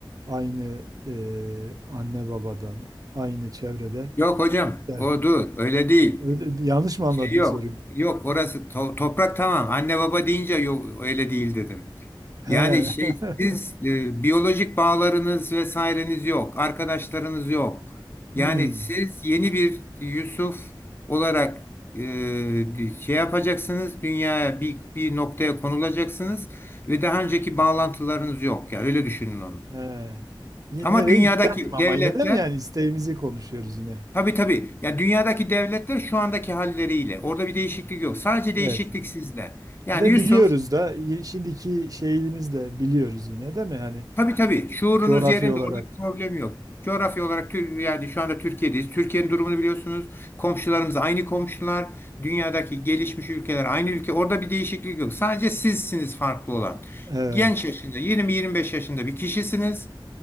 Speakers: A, on the right (about 45°); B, on the left (about 25°).
A: aynı e, anne babadan aynı çevrede
B: Yok hocam.
A: Evet.
B: O dur. Öyle değil.
A: Öyle- yanlış mı anladım
B: Şey yok.
A: soruyu?
B: Yok orası to- toprak tamam. Anne baba deyince yok öyle değil dedim. Yani
A: He.
B: şey
A: <laughs>
B: siz e, biyolojik bağlarınız vesaireniz yok, arkadaşlarınız yok. Yani
A: Hmm.
B: siz yeni bir Yusuf olarak e, şey yapacaksınız, dünyaya bir, bir noktaya konulacaksınız ve daha önceki bağlantılarınız yok. Yani öyle düşünün onu.
A: He. Yine
B: Ama
A: nereyi
B: dünyadaki
A: isterdim ama
B: devletler
A: yine de mi yani isteğimizi konuşuyoruz yine.
B: tabii tabii ya dünyadaki devletler şu andaki halleriyle orada bir değişiklik yok. Sadece değişiklik
A: Evet.
B: sizde. Yani
A: Ve
B: Yusuf
A: biliyoruz da y- şimdiki şeyimiz de biliyoruz yine değil mi? Hani
B: Tabii tabii. Şuurunuz
A: coğrafi
B: yerinde.
A: olarak.
B: Orada bir problem yok. Coğrafya olarak Tür- yani şu anda Türkiye'deyiz. Türkiye'nin durumunu biliyorsunuz. Komşularımız aynı komşular. Dünyadaki gelişmiş ülkeler aynı ülke. Orada bir değişiklik yok. Sadece sizsiniz farklı olan.
A: Evet.
B: Genç yaşında 20-25 yaşında bir kişisiniz